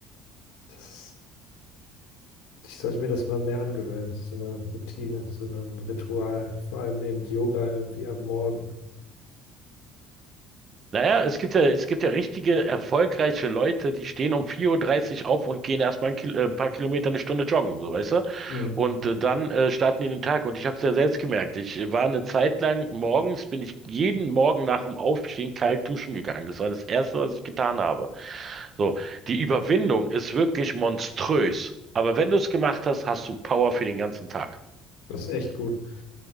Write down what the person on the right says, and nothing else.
naja, es gibt ja, es gibt ja richtige, erfolgreiche Leute, die stehen um vier Uhr dreißig auf und gehen erstmal ein, Kil äh, ein paar Kilometer eine Stunde joggen, so weißt du?
Und äh, dann äh, starten die in den Tag. Und ich habe es ja selbst gemerkt. Ich äh, war eine Zeit lang morgens, bin ich jeden Morgen nach dem Aufstehen kalt duschen gegangen. Das war das Erste, was ich getan habe. So, die Überwindung ist wirklich monströs. Aber wenn du es gemacht hast, hast du Power für den ganzen Tag.